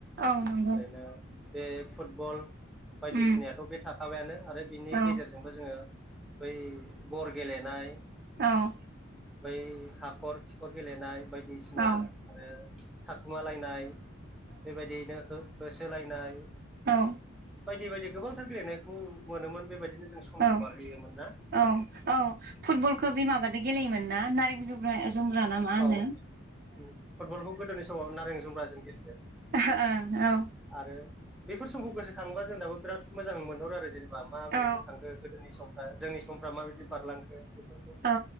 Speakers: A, on the right; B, in the centre.
A: औ नंगौ।
B: ओरैनो बे फुटबल बायदिसिनायाथ
A: उम
B: बे थाखाबायानो आरो बिनि
A: औ
B: गेजेरजोंबो जोङो। बै गर गेलेनाय
A: औ
B: बै हाखर खिखर गेलेनाय बायदिसिना
A: औ
B: आरो थाखुमालायनाय। बेबायदियैनो हो होसोलायनाय
A: औ
B: बायदि बायदि गोबांथार गेलेनायखौ मोनोमोन बेबायदिनो जों समखौ
A: औ
B: बारहोयोमोन। ना
A: औ औ फुटबलखौ बे माबादो गेलेयोमोन ना नारें जुमब्रा। ना मा होनो
B: औ फुटबलखौ गोदोनि समाव नारें जुमब्राजों गेलेयो।
A: ओं ओं
B: आरो बेफोर समखौ गोसोखांबा जों दाबो बिराद मोजां मोनहरो आरो जेन बा माबोरै
A: औ
B: थांखो गोदोनि समफ्रा जोंनि समफ्रा माबायदि बारलांखो। बेफोरखौ
A: औ